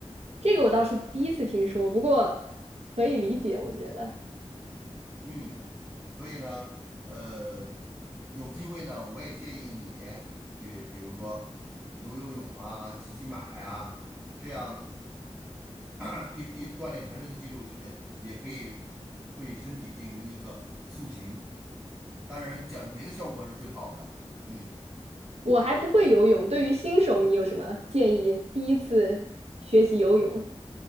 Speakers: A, on the right (about 65°); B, on the right (about 15°).
A: 这个我倒是第一次听说，不过可以理解，我觉得
B: 嗯，所以呢，呃，有机会呢，我也建议你去，比如说游游泳啊，骑骑马呀、这样 <clears throat> 可以锻炼全身的肌肉群，也可以对身体进行一个塑形。当然，减肥的效果是最好的。嗯。
A: 我还不会游泳，对于新手你有什么建议？第一次学习游泳，